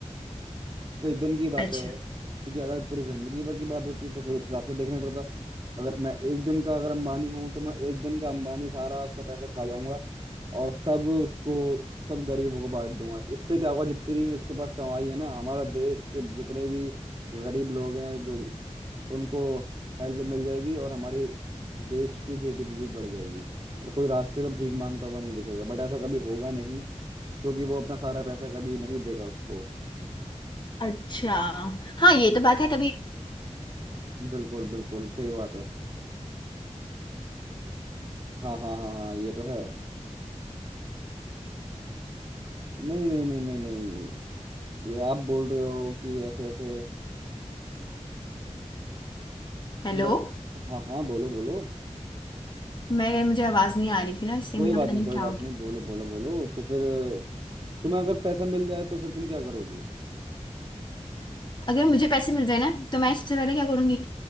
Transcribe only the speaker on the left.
अच्छा
अच्छा हाँ ये तो बात है तभी
हेलो
मैं मुझे आवाज नहीं आ रही थी ना इससे
मेरा
पता
नहीं
क्या
हो गया
अगर मुझे पैसे मिल जाए ना तो मैं सबसे पहले क्या करूंगी